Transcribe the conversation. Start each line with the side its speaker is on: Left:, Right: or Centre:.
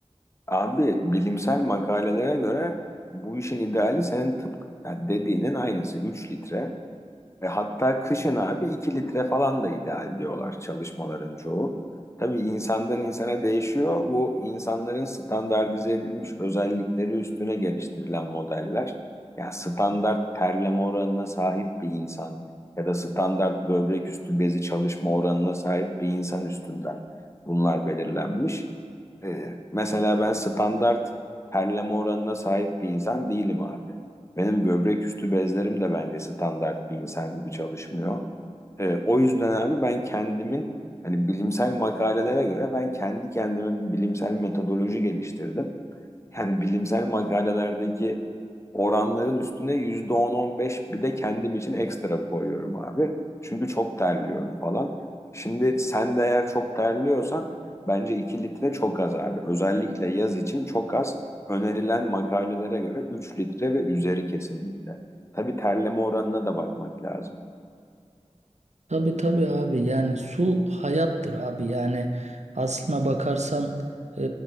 Left: Abi bilimsel makalelere göre bu işin ideali senin tıpkı yani dediğinin aynısı 3 litre. Ve hatta kışın abi 2 litre falan da ideal diyorlar çalışmaların çoğu. Tabii insandan insana değişiyor. Bu insanların standartize edilmiş özellikleri üstüne geliştirilen modeller. Yani standart terleme oranına sahip bir insan ya da standart böbrek üstü bezi çalışma oranına sahip bir insan üstünden bunlar belirlenmiş. Ee, mesela ben standart terleme oranına sahip bir insan değilim abi. Benim böbrek üstü bezlerim de bence standart bir insan gibi çalışmıyor. Ee, o yüzden abi ben kendimin hani bilimsel makalelere göre ben kendi kendime bir bilimsel metodoloji geliştirdim. Yani bilimsel makalelerdeki oranların üstüne yüzde on 15 bir de kendim için ekstra koyuyorum abi. Çünkü çok terliyorum falan. Şimdi sen de eğer çok terliyorsan bence 2 litre çok az abi. Özellikle yaz için çok az. Önerilen makalelere göre 3 litre ve üzeri kesinlikle. Tabii terleme oranına da bakmak lazım.
Right: Tabii tabii abi yani su hayattır abi yani aslına bakarsan e,